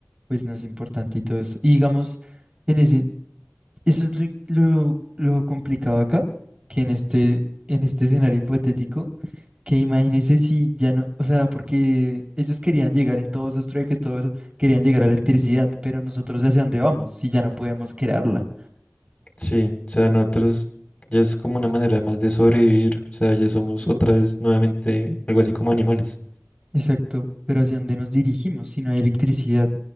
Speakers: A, on the right (about 25°); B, on the left (about 30°).
A: pues no es importante y todo eso. Y digamos, en ese, eso es lo, in- lo, lo complicado acá, que en este, en este escenario hipotético. Que imagínese si ya no, o sea, porque ellos querían llegar en todos esos trueques, todo eso, querían llegar a la electricidad, pero nosotros hacia dónde vamos si ya no podemos crearla.
B: Sí, o sea, nosotros ya es como una manera más de sobrevivir. O sea, ya somos
A: Mm.
B: otra vez nuevamente algo así como animales.
A: Exacto, pero hacia dónde nos dirigimos si no hay electricidad.